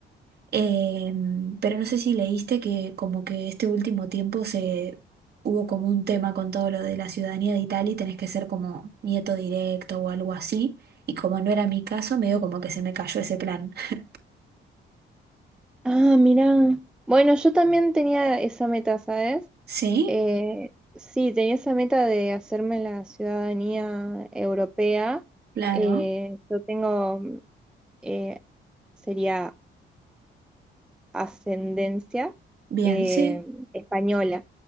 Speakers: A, on the right; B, in the centre.
A: Eh, mm, pero no sé si leíste que como que este último tiempo se hubo como un tema con todo lo de la ciudadanía de Italia y tenés que ser como nieto directo o algo así. Y como no era mi caso, medio como que se me cayó ese plan. <laughs>
B: Ah, mira. Bueno, yo también tenía esa meta, ¿sabes?
A: Sí,
B: Eh, sí, tenía esa meta de hacerme la ciudadanía europea.
A: claro.
B: Eh, yo tengo, eh, sería ascendencia
A: Bien,
B: eh,
A: sí.
B: española.